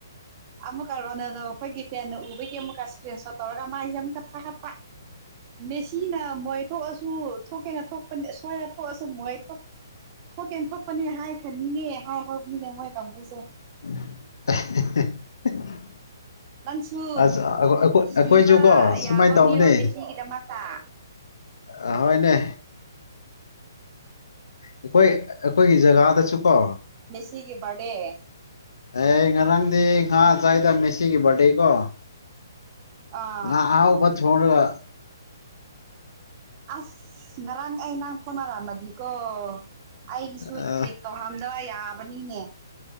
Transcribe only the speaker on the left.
<unintelligible>
ꯑꯁ ꯑꯩꯈꯣꯏ ꯑꯩꯈꯣꯏ
ꯑꯩꯈꯣꯏꯁꯨꯀꯣ
ꯁꯨꯃꯥꯏꯅ ꯇꯧꯕꯅꯦ
ꯑ ꯍꫭꯏꯅꯦ ꯑꯩꯈꯣꯏ ꯑꯩꯈꯣꯏꯒꯤ ꯖꯒꯥꯗꯁꯨ ꯀꯣ
ꯑꯦ ꯉꯔꯥꯡꯗꯤ ꯉꯥ ꯆꯥꯏꯗ ꯃꯦꯁꯤꯒꯤ ꯕꯥꯔꯗꯦ ꯀꯣ
ꯉꯥ ꯑꯥꯍꯥꯎꯕ ꯊꯣꯡꯔꯒ
ꯑ,